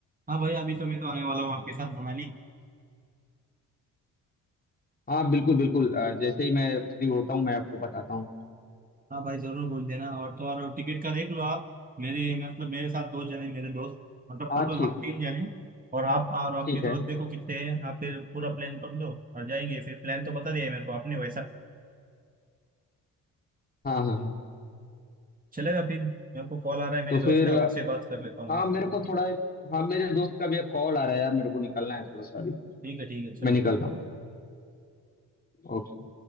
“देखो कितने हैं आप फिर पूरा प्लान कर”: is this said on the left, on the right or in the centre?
Right